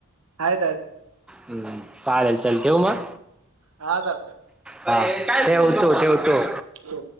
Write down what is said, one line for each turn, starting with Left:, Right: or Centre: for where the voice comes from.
Right: आहेत आहेत.
Centre: हम्म चालेल चल ठेव मग.
Right: हा चालतंय.
Centre: हा ठेवतो ठेवतो.
Right: हो.